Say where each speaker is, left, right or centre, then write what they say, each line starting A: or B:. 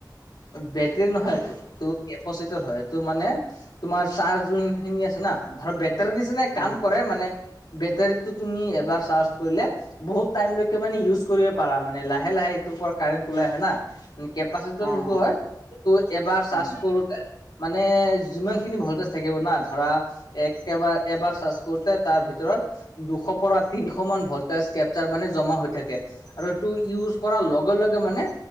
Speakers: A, on the left; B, on the right.
A: বেটৰী নহয়
B: অ',
A: এইটো, এইটো কেপচিটৰ হয় এইটো মানে তোমাৰ চাৰ্জ যোন খিনি আছে না, ধৰ বেটাৰী নিচিনাই
B: অ',
A: কাম কৰে মানে বেটাৰীতটো তুমি এবাৰ চাৰ্জ কৰিলে বহুত টাইম লকে মানে ইউজ কৰিব পাৰা, মানে লাহে লাহে ইটোৰ পৰা কাৰেণ্ট ওলাই আহে না কেপাচিটি
B: অ',
A: যোনটো হয় সেইটো এবাৰ চাৰ্জ
B: উম,
A: কৰোতে মানে যিমান খিনি ভলটেজ থাকিব না, ধৰা একেবাৰ এবাৰ চাৰ্জ কৰোতে তাৰ ভিতৰত দুশ পৰা তিনিশ মান ভল্টেচ কেপচাৰ মানে জমা হৈ থাকে। আৰু টো ইউজ কৰাৰ লগে লগে মানে